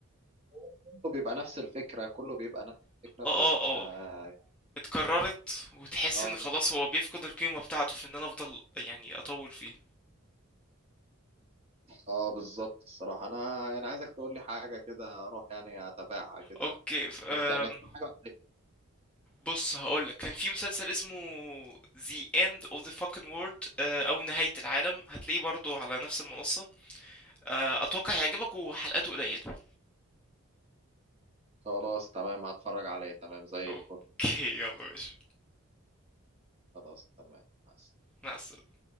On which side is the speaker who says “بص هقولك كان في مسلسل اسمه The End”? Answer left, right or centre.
Centre